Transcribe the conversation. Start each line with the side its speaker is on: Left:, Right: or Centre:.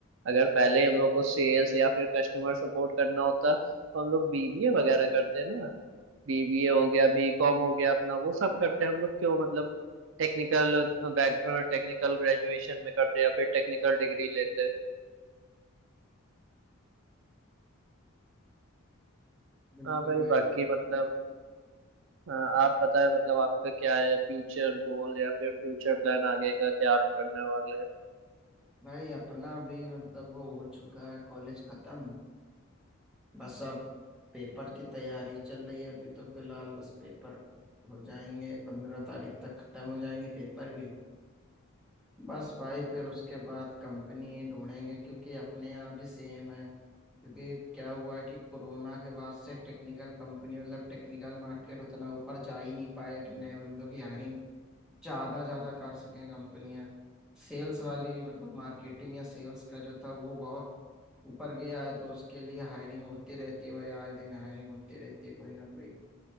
Right: अगर पहले हम लोग को सेल्स या फिर कस्टमर सपोर्ट करना होता तो हम लोग बीबीए वगैरह करते ना बीबीए हो गया बीकॉम हो गया अपना वो सब करते हैं हम लोग क्यों मतलब टेक्निकल बैक टेक्निकल ग्रेजुएशन में करते हैं या फिर टेक्निकल डिग्री लेते हैं
Centre: बिल्कुल
Right: हाँ भाई
Centre: भाई
Right: बाकी
Centre: बिल्कुल
Right: मतलब अ, आप बताएं मतलब आपका क्या है फ्यूचर गोल या फिर फ्यूचर प्लान आगे का क्या आप करने वाले हैं
Centre: भाई अपना भी मतलब वो हो चुका है कॉलेज खत्म बस अब पेपर की तैयारी चल रही है अभी तो फिलहाल बस पेपर हो जाएंगे पंद्रह तारीख तक खत्म हो जाएंगे पेपर भी बस भाई फिर उसके बाद कंपनी ढूंढेंगे क्योंकि अपने यहाँ भी सेम है क्योंकि क्या हुआ है कि कोरोना के बाद से टेक्निकल कंपनी मतलब टेक्निकल मार्केट उतना ऊपर जा ही नहीं पाया कि नए बंदों की हायरिंग ज्यादा ज्यादा कर सकें कंपनियां सेल्स वाली मतलब मार्केटिंग या सेल्स का जो था वो बहुत ऊपर गया है तो उसके लिए हायरिंग होती रहती है भाई आए दिन हायरिंग होती रहती है कोई ना कोई